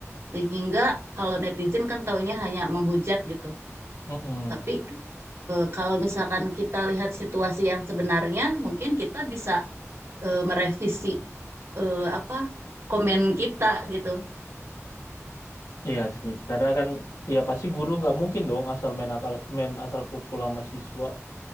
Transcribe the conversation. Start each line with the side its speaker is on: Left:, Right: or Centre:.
Right: Sehingga kalau netizen kan taunya hanya menghujat gitu.
Left: Mm-mm.
Right: Tapi Eh, kalau misalkan kita lihat situasi yang sebenarnya, mungkin kita bisa eh, merevisi eh, apa komen kita gitu.
Left: Iya sih, karena kan ya pasti guru nggak mungkin dong asal main akal main asal pukul sama siswa